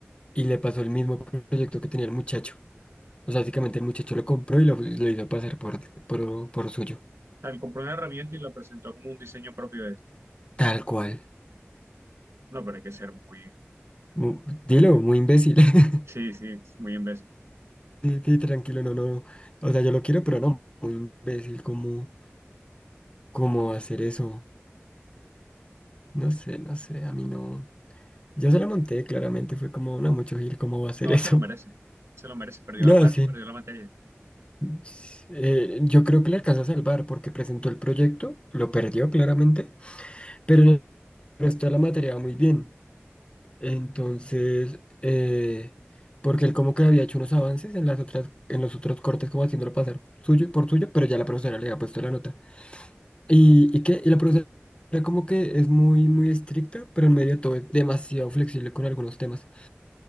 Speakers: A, on the left; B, on the right.
A: y le pasó el mismo proyecto que tenía el muchacho. O sea, básicamente el muchacho lo compró y lo, lo hizo pasar por, por, por suyo.
B: Al compró una herramienta y la presentó como un diseño propio de él.
A: Tal cual.
B: No, pero hay que ser muy,
A: Mu- dilo, muy imbécil. <laughs>
B: sí, sí, es muy imbécil.
A: Sí, sí, tranquilo, no, no. no. O sea, yo lo quiero, pero no. Muy imbécil, ¿cómo, cómo hacer eso? No sé, no sé, a mí no. Yo se lo monté, claramente, fue como, no, mucho Gil, ¿cómo va a hacer
B: No,
A: eso?
B: se lo merecen,
A: <laughs>
B: se lo merece, perdió
A: No,
B: la plata
A: sí.
B: y perdió la materia.
A: s- eh, yo creo que le alcanza a salvar porque presentó el proyecto, lo perdió claramente, pero en el resto de la materia va muy bien. Entonces, eh, porque él como que había hecho unos avances en las otras, en los otros cortes, como haciéndolo pasar suyo y por suyo, pero ya la profesora le había puesto la nota. ¿Y, y qué? Y la profesora como que es muy, muy estricta, pero en medio de todo es demasiado flexible con algunos temas.